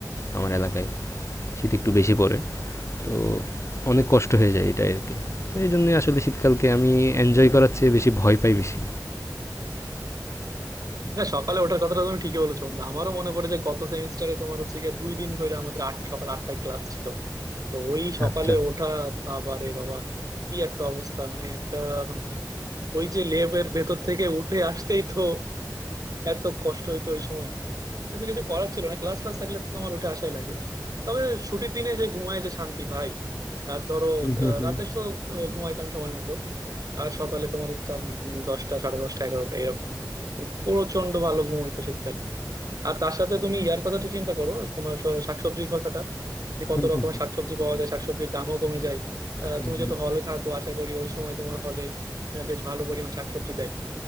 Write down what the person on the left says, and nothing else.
আমার এলাকায় শীত একটু বেশি পড়ে তো অনেক কষ্ট হয়ে যায় এটাই আরকি। তো এইজন্যই আসলে শীতকালকে আমি এনজয় করার চেয়ে বেশি ভয় পাই বেশি।
আচ্ছা।
হুম, হুম,
হুম।
হুম,
হুম,
হুম,
হুম।